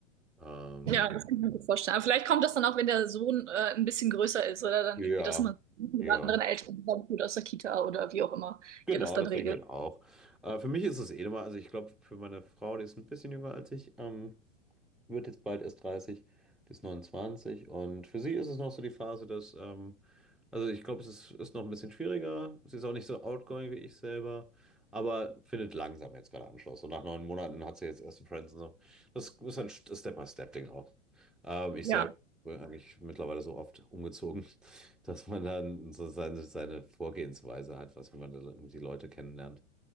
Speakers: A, in the centre; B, on the right (about 70°).
A: Ähm,
B: Ja, das kann ich mir gut vorstellen. Aber vielleicht kommt das dann auch, wenn der Sohn äh, ein bisschen größer ist oder dann
A: ja,
B: irgendwie, dass man mit
A: ja.
B: anderen Eltern zusammentut aus der Kita oder wie auch immer
A: Genau,
B: ihr das dann
A: das
B: regelt.
A: denke ich halt auch. Äh, für mich ist es eh nochmal, also ich glaube, für meine Frau, die ist ein bisschen jünger als ich, ähm, wird jetzt bald erst 30, die ist 29 und für sie ist es noch so die Phase, dass, ähm, also ich glaube, es ist, ist noch ein bisschen schwieriger. Sie ist auch nicht so outgoing wie ich selber, aber findet langsam jetzt gerade Anschluss. Und nach neun Monaten hat sie jetzt erste Friends und so. Das ist halt ein Step-by-Step-Ding auch. Ähm, ich
B: Ja.
A: selber bin eigentlich mittlerweile so oft umgezogen, <laughs> dass man dann so seine, seine Vorgehensweise hat, was wenn man da irgendwie die Leute kennenlernt.